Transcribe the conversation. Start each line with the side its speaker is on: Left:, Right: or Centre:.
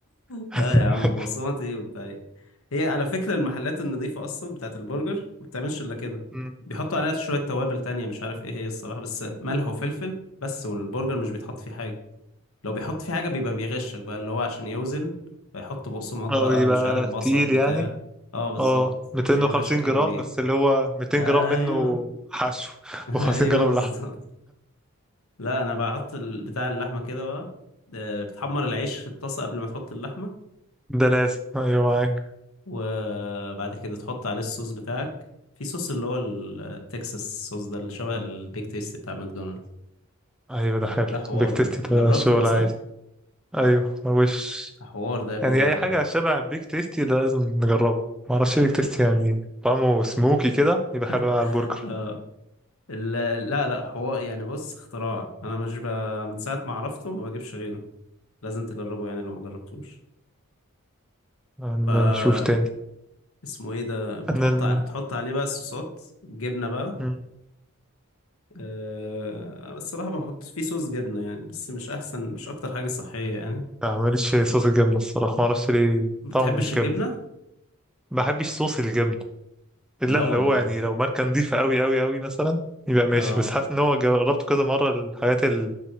Left: <laughs>
Centre: <laughs>
Left: لا يا عم بصمتي وبتاع ايه. هي على فكرة المحلات النظيفة اصلا بتاعت البرجر ما بتعملش الا كده
Centre: مم.
Left: بيحطوا عليها شوية توابل تانية مش عارف ايه هي الصراحة بس ملح وفلفل بس والبرجر مش بيتحط فيه حاجة لو بيحط فيه حاجة بيبقى بيغشك بقى اللي هو عشان يوزن بيحط بقسماط بقى
Centre: او يبقى
Left: مش عارف بصل
Centre: تقيل
Left: بتاع
Centre: يعني
Left: اه بالظبط
Centre: اه 250
Left: عشان يبقى شكله
Centre: جرام
Left: كبير
Centre: بس اللي هو 200
Left: ايوه
Centre: جرام منه حشو <laughs>
Left: <laughs>
Centre: و50
Left: ايوه
Centre: جرام
Left: بالظبط
Centre: لحم
Left: لا انا بحط ال- بتاع اللحمه كده بقى آه، بتحمر العيش في الطاسه قبل ما تحط اللحمه
Centre: ده لازم ايوه معاك
Left: وبعد كده تحط عليه الصوص بتاعك في صوص اللي هو التكساس صوص ده اللي شبه البيك تيستي بتاع ماكدونالدز
Centre: ايوه ده حلو
Left: ده حوار
Centre: بيك تيستي
Left: ده
Centre: ده
Left: جربته
Centre: شغل
Left: ده
Centre: عالي
Left: صح
Centre: ايوه وش
Left: ده حوار ده يا ابني
Centre: يعني
Left: ده
Centre: اي حاجه شبه بيك تيستي ده لازم نجربه ما اعرفش بيك تيستي يعني طعمه سموكي كده يبقى
Left: <laughs>
Centre: حلو على البرجر
Left: اه ال- لا لا حوار يعني بص اختراع انا مش ب... من ساعه ما عرفته ما بجيبش غيره لازم تجربه يعني لو ما جربتوش
Centre: يعني ما
Left: ف
Centre: نشوف تاني
Left: اسمه ايه ده بتحط
Centre: انا
Left: ع- بتحط عليه بقى الصوصات جبنه بقى
Centre: ال...
Left: أه بس الصراحة بحط فيه صوص جبنة يعني بس مش أحسن مش أكتر حاجة صحية يعني
Centre: لا ماليش في صوص الجبنة الصراحة ما اعرفش ليه
Left: ما
Centre: طعمه
Left: بتحبش
Centre: مش جبنة
Left: الجبنة؟
Centre: ما بحبش صوص الجبنة الا
Left: لا
Centre: اللي
Left: والله
Centre: هو يعني لو ماركة نظيفة قوي قوي قوي مثلا يبقى ماشي
Left: اه
Centre: بس حاسس ان هو جربته كذا مرة الحاجات اللي